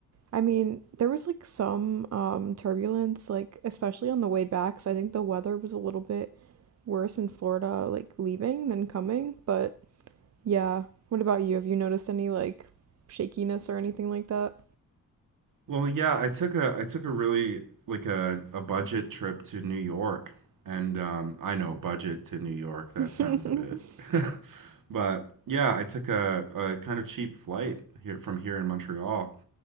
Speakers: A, on the right; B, on the right.
A: I mean, there was like some um turbulence, like especially on the way back, so I think the weather was a little bit worse in Florida, like leaving than coming, but yeah. What about you? Have you noticed any like shakiness or anything like that?
B: Well, yeah, I took a I took a really like a, a budget trip to New York. And um, I know budget to New York, that
A: <laughs>
B: sounds a bit. <laughs> But yeah, I took a, a kind of cheap flight here from here in Montreal.